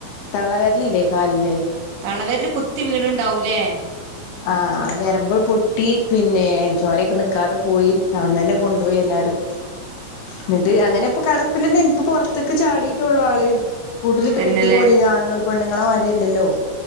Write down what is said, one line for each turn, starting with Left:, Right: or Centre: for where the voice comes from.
Left: തള്ളവെരലില്ലേ കാലിന്
Right: ളവെരല് കുത്തി വീണുണ്ടാവൂലേ
Left: ആ അത് നരമ്പ് പൊട്ടി പിന്നെ ചോരെക്കെ നിക്കാതെ പോയി അവിന്ന് തന്നെ കൊണ്ടോയെല്ല രും. ന്നിട്ട് അങ്ങനെ ഇപ്പ കെടപ്പിലന്നെ പ്പ പൊറത്തേക്ക് ചാടീട്ടുള്ളു ആള് കൂട്ടിലിട്ട്
Right: തന്നെല്ലേ
Left: കെട്ടിയ പോലെയ ആണുങ്ങള് പെണുങ്ങളെ മായിരിയല്ലല്ലോ